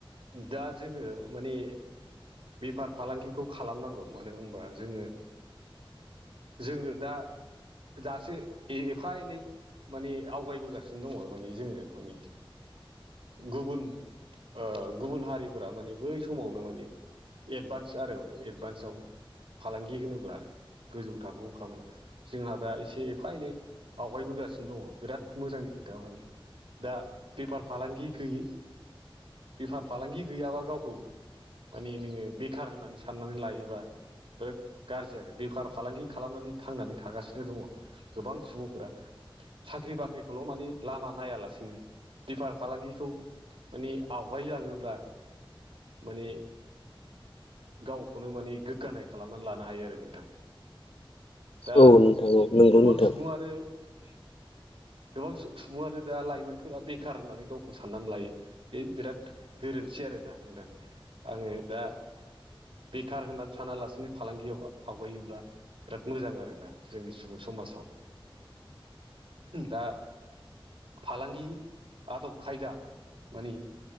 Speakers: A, on the right; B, on the left.
A: दा जोंङो माने बेफार फालांगिखौ खालामनांगौ मानो होनबा जोंङो जोंङो दा दासो एफा एनै माने आवगायबोगासिनो दङ माने जोंङो माने गुबुन ओ गुबुन हारिफोरा माने बै समावनो माने एडभान्स आरो एडभान्सआव फालांगि होनोब्ला गोजौ थाखो आवखामोन। जोंहा दा एसे एफा एनै आवगायबोगासिनो दंङो बिराद मोजांनि खोथा माने दा बेफार फालांगि गैयि बेफार फालांगि गैयाबा गावखौ माने नोंङो बेखार होननानै साननानै लायोबा बिराद गाज्रि आरो बेखार फालांगि खालामनानै थांनानै थागासिनो दंङो गोबां सुबुंफोरा साख्रि बाख्रिखौल' माने लामा नायालासिनो बेफार फालांगिखौ माने आवगायलांङोब्ला माने गावखौनो माने गोग्गानाय खालामनानै लानो हायो आरो नोंथां दा
B: औ नोंथां औ नंगौ
A: गोबां
B: नोंथां
A: सुबुंङानो गोबां सुबुंङानो दा लाइमोनफोरा बेखार होननानै गावखौ साननानै लायो। बे बिराद गोरोन्थि आरोना नोंदां आंङो दा बेखार होननानै सानालासिनो फालांगियाव आवगायोब्ला बिराद मोजां आरोना जोंनि सुबुं समाजाव दा फालांगि आदब खायदा माने